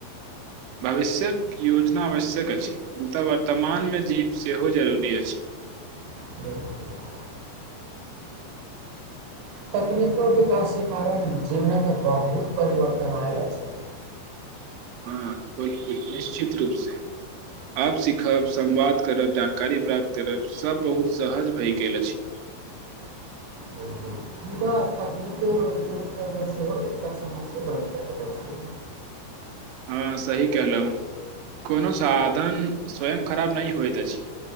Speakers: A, on the right; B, on the right.
A: भविष्यक योजना आवश्यक अछि मुदा वर्तमानमे जीव सेहो जरूरी अछि
B: बिलकुल तकनीको विकासके कारण जीवनमे बहुत परिवर्तन आयल अछि
A: हँ बिलकुल निश्चित रूपसँ आब सिखब संवाद करब जानकारी प्राप्त करब सभ बहुत सहज भए गेल अछि
B: बिल्कुल मुदा तकनीक दुरुपयोग सेहो एकटा समस्या बनि सकैत अछि
A: ह सही कहलहु कोनो साधन स्वयं खराब नहि होइत अछि